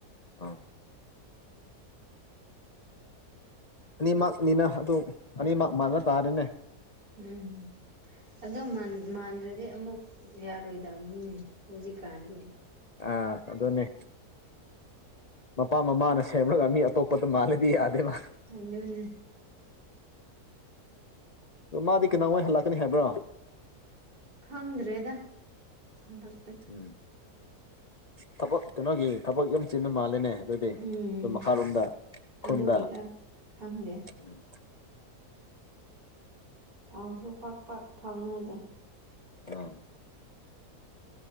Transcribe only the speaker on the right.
ꯎꯝ ꯑꯗꯣ ꯃꯥꯟꯗ꯭ꯔꯗꯤ ꯑꯃꯨꯛ ꯌꯥꯔꯣꯏꯗꯕꯅꯤꯅꯦ ꯍꯧꯖꯤꯛꯀꯥꯟꯗꯤ
ꯍꯗꯅꯦ
ꯈꯪꯗ꯭ꯔꯦꯗ ꯍꯟꯗꯛ
ꯎꯝ
ꯑꯗꯨꯒꯤꯔ ꯈꯪꯗꯦ
ꯊꯥꯎꯁꯨ ꯄꯥꯛ ꯄꯥꯛ ꯐꯥꯎꯅꯗꯦ